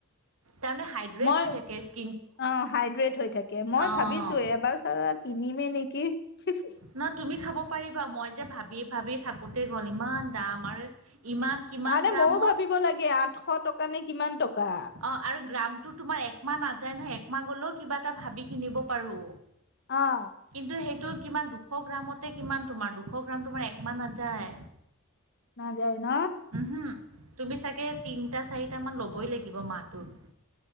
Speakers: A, on the right; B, on the left.
A: তাৰমানে হাইড্ৰেট
B: মই
A: হৈ থাকে ইচ
B: অ হাইড্ৰেট হৈ থাকে, মই
A: অ'
B: ভাবিছো এবাৰ চালা কিনিমে নেকি হুহুহ?
A: নহয় তুমি খাব পাৰিবা, মই যে ভাবি - ভাবি থাকোতে গ'ল, ইমান দাম আৰু ইমান কিমান
B: তাতে
A: গ্ৰামৰ
B: ময়ো ভাবিব লাগে আঠশ টকা নে কিমান টকা?
A: অঁ আৰু গ্ৰামটো তোমাৰ একমাহ নাযায় নহয়, একমাহ গ'লেও কিবা এটা ভাবি কিনিব পাৰোঁ?
B: অঁ।
A: কিন্তু সেইটো কিমান দুশ গ্ৰামতে কিমান তোমাৰ দুশ গ্ৰামটো তোমাৰ একমাহ নাযায়?
B: নাযায় ন?
A: উমহু, তুমি চাগে তিনটা - চাৰিটামান ল'বই লাগিব মাহটোত?